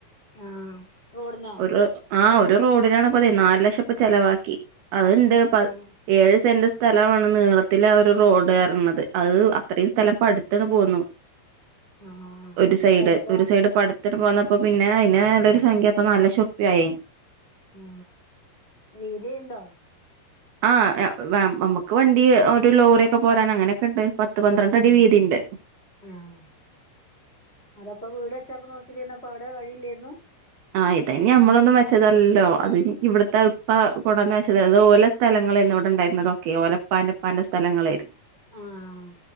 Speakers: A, on the left (about 15°); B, on the right (about 70°).
A: ആഹ് റോഡ് ന്നോ
B: ഒരു ആഹ് റോഡിനാണ് പ്പതെ നാല് ലക്ഷം ഇപ്പ ചെലവാക്കി അത്ണ്ട്
A: ആഹ്
B: ഏഴ് സെന്റ് സ്ഥലമാണ് നീളത്തിലെ ആ ഒരു റോഡ് പറിണത് അത് അത്രയും സ്ഥലം പടുിത്തണ് പോന്നു
A: ആഹ്
B: ഒരു
A: അതിനൊക്കെ
B: സൈഡ്
A: പൈസ
B: ഒരു സൈഡ് പടുത്ത് ങ്ങട്ട് പോന്നപ്പോ പിന്നെ അതിന് നല്ലൊരു സംഖ്യ അപ്പ നാല് ക്ഷം ഉറുപ്പിയായി അന്.....
A: ആ വീതി ഉണ്ടോ
B: ആ നമുക്ക് വണ്ടി ഒരു ലോറി ഒക്കെ പോരാൻ അങ്ങനൊക്കെ ഉണ്ട് പത്ത് പന്ത്രണ്ട് അടി
A: ആഹ്
B: വീതിണ്ട്
A: ആഹ്. അതപ്പ വീടെ ച്ചപ്പ നോക്കിട്ടിരുന്നപ്പപ്പോ അവിടെ വഴില്ലായിരുന്നു
B: ആ ഇതയ്ന് ഞമ്മളൊന്നും വെച്ചതല്ലല്ലോ അത് ഇവിട്ത്തെ ഇപ്പ കൊണ്ടന്ന് വെച്ചത അത് ഓലെ സ് സ്ഥലങ്ങളേര്ന്നു ഇവിടെണ്ടായിര്ന്നതൊക്കെ ഓലപ്പാന്റെപ്പാന്റെ സ്ഥലങ്ങളേ
A: ആഹ്